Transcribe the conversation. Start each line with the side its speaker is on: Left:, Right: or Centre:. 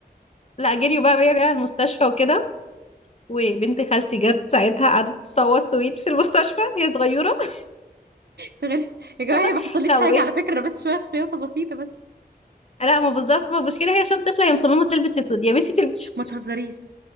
Left: لا جريوا بقى بيا بقى على المستشفى وكده وبنت خالتي جت ساعتها قعدت تصوت سويت في المستشفى هي صغيره <laughs>
Right: تغير يا جماعه
Left: والله
Right: هي ما حصليش
Left: لا
Right: حاجه
Left: وايه
Right: على فكره انا بس شويه خياطه بسيطه بس
Left: لا ما بالظبط ما المشكله هي عشان طفله هي مصممه تلبس اسود يا بنتي تلبسي
Right: ما
Left: اسود
Right: تهزريش